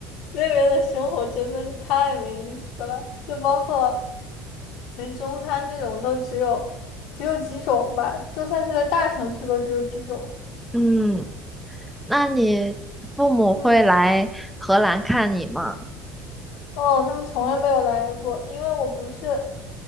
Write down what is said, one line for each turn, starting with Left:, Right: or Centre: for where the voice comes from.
Left: 那边的生活真的是太没意思了，就包括连中餐这种都只有只有几种吧，就算是在大城市都只有几种。
Centre: 嗯，那你父母会来荷兰看你吗？
Left: 嗯。哦，他们从来没有来过，因为我不是，